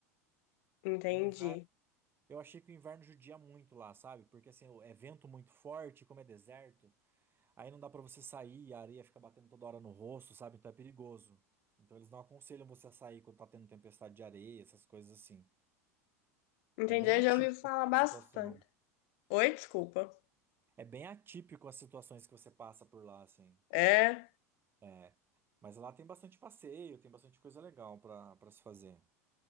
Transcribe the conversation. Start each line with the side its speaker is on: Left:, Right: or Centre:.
Left: entendi.
Right: O inverno, eu achei que o inverno judia muito lá, sabe? Porque assim, é vento muito forte, como é deserto. Aí não dá pra você sair, a areia fica batendo toda hora no rosto, sabe? Então é perigoso. Então eles não aconselham você a sair quando tá tendo tempestade de areia, essas coisas assim.
Left: Entendi,
Right: É bem
Left: eu
Right: atípico
Left: já ouvi falar
Right: a
Left: bastante.
Right: situação.
Left: Oi, desculpa.
Right: É bem atípico as situações que você passa por lá, assim.
Left: É,
Right: É. Mas lá tem bastante passeio, tem bastante coisa legal pra, pra se fazer.